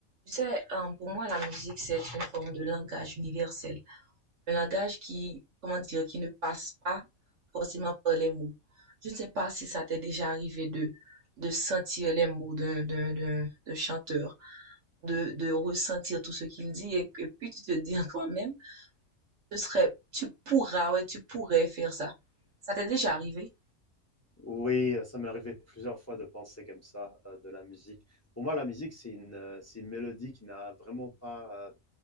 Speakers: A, on the right; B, on the left.
A: Tu sais, euh, pour moi, la musique, c'est une forme de langage universel, un langage qui, comment dire, qui ne passe pas forcément par les mots. Je ne sais pas si ça t'est déjà arrivé de, de sentir les mots d'un, d'un, d'un, d'un chanteur, de, de ressentir tout ce qu'il dit et, que puis tu te dis en toi-même, ce serait, tu pourras, ouais, tu pourrais faire ça. Ça t'est déjà arrivé?
B: Oui, ça m'est arrivé plusieurs fois de penser comme ça, heu, de la musique. Pour moi, la musique, c'est une, heu, c'est une mélodie qui n'a vraiment pas, euh,